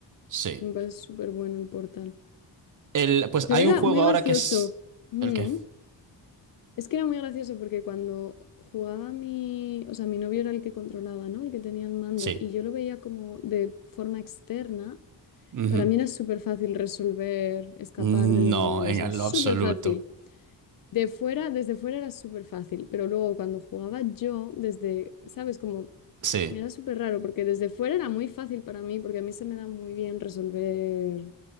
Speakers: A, on the right (about 45°); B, on the left (about 50°).
A: Sí.
B: Me parece súper bueno el Portal.
A: El, pues
B: Pero
A: hay
B: era
A: un juego
B: muy
A: ahora
B: gracioso.
A: que es...
B: Mm.
A: ¿El qué?
B: Es que era muy gracioso porque cuando jugaba mi, o sea, mi novio era el que controlaba, ¿no? El que tenía el mando
A: Sí.
B: y yo lo veía como de forma externa,
A: Ujú.
B: para mí era súper fácil resolver, escapar
A: No,
B: de los niveles,
A: en
B: era súper
A: lo absoluto.
B: fácil. De fuera, desde fuera era súper fácil, pero luego cuando jugaba yo, desde, ¿sabes? Como
A: Sí,
B: era súper raro porque desde fuera era muy fácil para mí, porque a mí se me da muy bien resolver